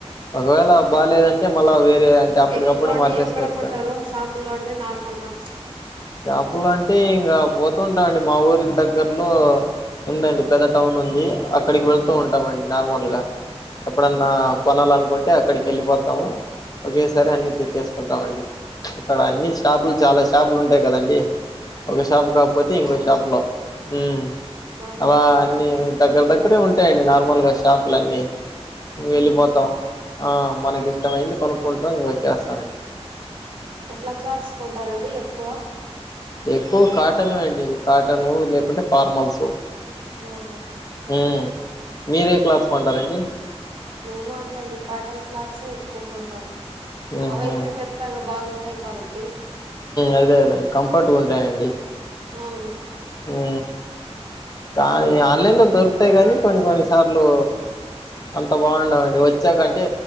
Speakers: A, on the left (about 35°); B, on the right (about 50°).
A: ఒకవేళ బాగాలేదంటే మళ్ళా వేరే అంటే అప్పటికప్పుడు
B: ఎక్కువండి
A: మార్చేసుకోవచ్చు
B: ఎక్కడ కొంటారు
A: కదా
B: షాపుల్లో అంటే నార్మల్గా
A: షాపులు అంటే ఇంకా పోతూ ఉంటామండి మా ఊరికి దగ్గర్లో ఉందండి పెద్ద టౌన్ ఉంది అక్కడికి వెళ్తూ ఉంటామండి నార్మల్గా ఎప్పుడన్న కొనాలను కొంటే అక్కడికి వెళ్ళిపోతాము ఒకేసారి అన్ని తెచ్చే కుంటామండి అ క్కడ అన్ని డాబ్లు చాలా అంతే కదండి ఒక షాపు కాకపోతే ఇంకోక
B: అవునండి
A: షాపు లో హమ్
B: ఆహా
A: అలా అన్ని దగ్గర దగ్గ ఇక్కడే ఉంటాయండి నిర్మల్గ షాపులన్నీ వెళ్ళిపోతాం
B: ఓకే
A: ఆ మనకిష్ట ఇష్టమైంది కొనుకుంటాం చేస్త
B: ఎట్లా క్లాత్స్ కొంతరండి ఎక్కువ
A: ఎక్కువ కాటన్ అండి కాటను లేకుంటే ఫార్మల్స్
B: ఆహా
A: హమ్ మీరే క్లాత్స్ కొంటరండి
B: మేము అంతే అండి కాటన్ క్లాత్స్ఏ ఎక్కువ కొంటాము
A: ఉహు
B: అవైతే మెత్తగా బాగుం టయ్ కాబట్టి
A: అదే అదండి కంఫర్ట్ గా ఉంటాయండి
B: అవును
A: ఉ కానీ ఆన్లైన్లో దొరుకుతాయి కానీ కొన్ని కొన్ని సార్లు అంత బాగుండవన్డి వచ్చాకంటే